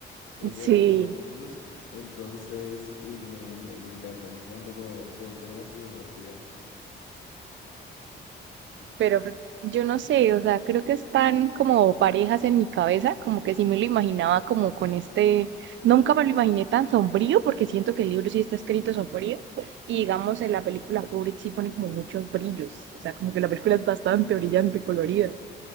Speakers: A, on the left; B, on the right.
A: creo
B: Sí,
A: que era, Moloco Plus. Entonces, uy, no, me, me encanta, me encanta todo, sobre todo la escenografía.
B: pero pues, yo no sé, o sea, creo que están como parejas en mi cabeza, como que sí me lo imaginaba como con este, nunca me lo imaginé tan sombrío, porque siento que el libro sí está escrito sombrío, y digamos en la película Kubrick sí pone como muchos brillos, o sea, como que la película es bastante brillante, colorida,